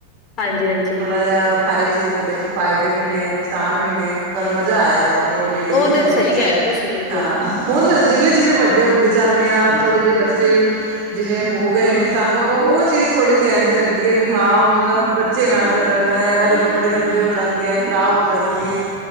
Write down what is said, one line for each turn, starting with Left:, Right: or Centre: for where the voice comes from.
Left: ਹਾਂਜੀ ਹਾਂਜੀ
Right: ਥੋੜਾ ਜਿਹਾ ਹਰ ਇੱਕ ਚੀਜ਼ ਦਾ ਦੇਖੋ ਫਾਇਦੇ ਵੀ ਨੇ ਨੁਕਸਾਨ ਵੀ ਨੇ ਪਰ ਮਜ਼ਾ ਆਇਆ ਉਹ ਲੇਡੀਜ਼
Left: ਤੇ
Right: ਦੇ
Left: ਸਹੀ
Right: ਵਿੱਚ
Left: ਕਹਿ ਰਹੇ ਹੋ ਤੁਸੀਂ ਬਿਲਕੁਲ
Right: ਹਾਂ। ਹੁਣ ਜਿਵੇਂ-ਜਿਵੇਂ ਵੱਡੇ ਹੁੰਦੇ ਜਾਂਦੇ ਆ ਥੋੜੇ ਜਿਹੇ ਬੱਚੇ ਜਿਵੇਂ ਹੋ ਗਏ
Left: ਹੂੰ
Right: ਨੇ ਸਾਨੂੰ ਉਹ ਚੀਜ਼ ਥੋੜੀ ਜਿਹੀ ਇਝ ਲਗਦੀ ਹੈ ਵੀ ਹਾਂ ਹੁਣ ਬੱਚੇ ਨਾ ਕਰਨ ਇਹਨਾ ਦੇ ਕ- ਕੱਪੜੇ ਗੰਦੇ ਹੋ ਜਾਣਗੇ, ਖ਼ਰਾਬ ਹੋ ਜਾਣਗੇ